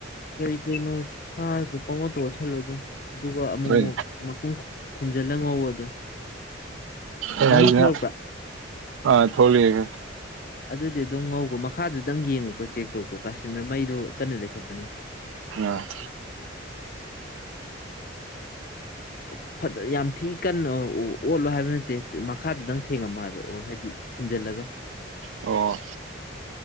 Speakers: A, on the left (about 45°); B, on the right (about 80°).
A: ꯀꯔꯤ ꯀꯅ ꯁꯔ ꯄꯪꯑꯣꯠꯇ ꯑꯣꯠꯁꯜꯂꯣ ꯅꯦ ꯑꯗꯨꯒ ꯑꯃꯨꯛ
B: ꯍꯣꯏ
A: ꯑꯃꯨꯛ ꯃꯈꯨꯝ ꯈꯨꯝꯖꯤꯜꯂ ꯉꯧ ꯑꯗꯨꯝ
B: ꯑꯦ
A: ꯃꯍꯤ
B: ꯍꯥꯏꯁꯤꯅ
A: ꯊꯣꯛꯂꯛꯄ꯭ꯔꯥ
B: ꯑꯥ ꯊꯣꯛꯂꯑꯦ
A: ꯑꯗꯨꯗꯤ ꯑꯗꯨꯝ ꯉꯧꯈꯣ ꯃꯈꯥꯗꯨꯗꯪ ꯌꯦꯡꯉꯨꯀꯣ ꯆꯦꯛ ꯇꯧꯈꯣ ꯀꯥꯁꯤꯟꯕ꯭ꯔꯥ ꯃꯩꯗꯨ ꯀꯟꯅ ꯂꯩꯈꯠꯄꯅꯤ
B: ꯑ
A: ꯑꯣ ꯐꯗ ꯌꯥꯝ ꯊꯤ ꯀꯟꯅ ꯑꯣꯠꯂꯣ ꯍꯥꯏꯕ ꯅꯠꯇꯦ ꯃꯈꯥꯗꯗꯪ ꯊꯦꯡꯉꯝꯃꯣ ꯍꯥꯏꯕ ꯑꯣ ꯍꯥꯏꯗꯤ ꯊꯤꯟꯖꯜꯂꯒ
B: ꯑꯣ